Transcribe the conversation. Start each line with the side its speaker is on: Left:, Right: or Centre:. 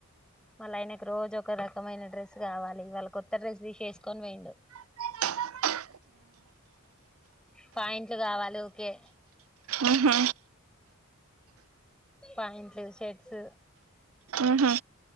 Centre: మళ్ళీ ఆయనకి రోజు ఒక రకమైన డ్రెస్ గావాలి వాళ్ళ కొత్త డ్రెస్ తీసేసుకొని పోయిండు
Right: ఎ లచ్చమ్మా
Centre: పాఇంట్లు గావాలి ఉకే
Right: ఉహ
Centre: పాంట్లు షర్ట్స్
Right: ఉహు